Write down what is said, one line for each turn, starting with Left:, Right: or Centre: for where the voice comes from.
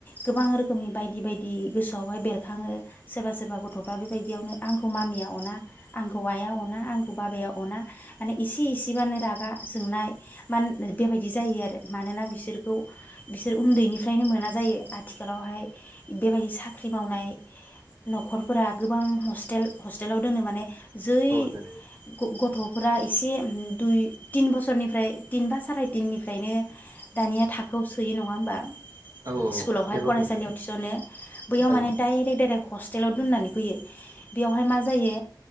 Left: गोबां रोखोमनि बायदि बायदि गोसोआवहाय बेरखाङो, सोबा दा बेबायदियावनो आंखौ मामिया अना आंखौ आइआ अना आंखौ बाबाया अना माने इसे इसेबानो रागा जोंनाय, मानो बेबायदि जायो आरो मानोना बिसोरखौ बिसोर उन्दैनिफ्रायनो मोना जायो आथिखालावहाय बेबायदि साख्रि मावनाय न'खर गोबां हस्टेल हस्टेलाव दोनो माने, जै
Right: दोन
Left: <unintelligible> गथ'फ्रा एसे दुइ तिन बोसोरनिफ्राय तिन बा साराय तिननिफ्रायनो दानिया थाखोआव सोयो नङा होमबा
Right: औ
Left: स्कुलावहाय
Right: हस्टेलाव
Left: फरायसालियाव
Right: दोनो
Left: थिस'नो बैयाव
Right: औ
Left: माने डाइरेक्ट डाइरेक्ट, हस्टेलाव दोननानै फैयो बेयावहाय मा जायो